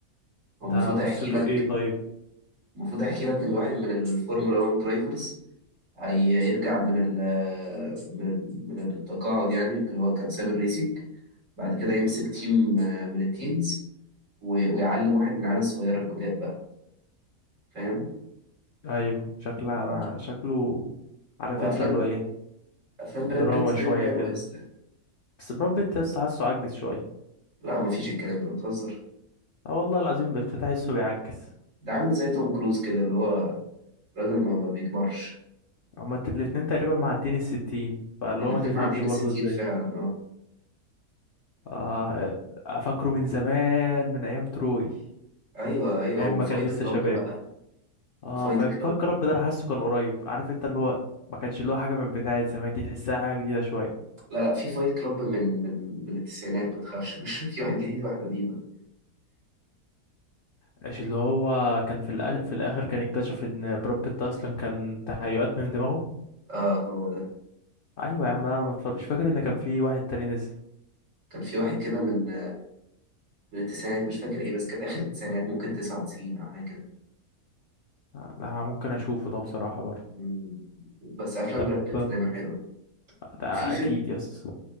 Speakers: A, on the right; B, on the left.
A: هو
B: ده
A: المفروض
B: قصته
A: هيحكي لك
B: ايه طيب
A: المفروض هيحكي لك إن واحد من الفورمولا 1 درايفرز هيرجع من ال من من التقاعد يعني اللي هو كان ساب الريسنج بعد كده يمسك تيم آه، من التيمز و- ويعلم واحد من العيال الصغيرة الجداد بقى فاهم؟
B: ايوه شكلها
A: ف-
B: انا شكله عارف
A: وأفلام
B: انت اللي هو ايه
A: أفلام براد
B: دراما
A: بيت دايما
B: شوية
A: حلوة
B: كده
A: يا اسطى
B: بس براد بيت يا اسطى حاسه عجز شوية
A: لا مفيش الكلام ده بتهزر
B: اه والله العظيم بقيت تحسه بيعجز
A: ده عامل زي توم كروز كده اللي هو راجل ما, ما بيكبرش
B: هما الت- الاتنين تقريبا معديين الستين فاللي
A: الاتنين
B: هو ما تفهمش
A: معديين الستين
B: برضه ازاي
A: فعلا اه
B: اه افكره من زمان من ايام تروي
A: <laughs> ايوه ايوه
B: ايام
A: وفايت
B: ما كان لسه
A: كلاب
B: شباب
A: بقى وفايت
B: اه فاك
A: كلاب
B: رب ده انا حاسه كان قريب عارف انت اللي هو ما كانش اللي هو حاجه من بتاعه زمان دي تحسها حاجه جديده شويه
A: لا لا في فايت كلاب من من من التسعينات ما تخافش <laughs> مش في واحد جديد وواحد قديم
B: مش اللي هو كان في الأ... في الاخر كان اكتشف ان براد بيت اصلا كان تهيؤات من دماغه
A: <laughs> اه هو ده
B: ايوه يا عم لا، انا ما اتفرج- مش فاكر ان كان في واحد تاني نزل
A: كان في واحد كده من من التسعينات مش فاكر ايه بس كانت اخر التسعينات ممكن 99 او حاجه كده
B: انا ممكن اشوفه ده بصراحه برضه
A: مم. بس افلام
B: طب
A: براد بيت دايما حلوه
B: ده
A: وفي فيلم
B: اكيد يس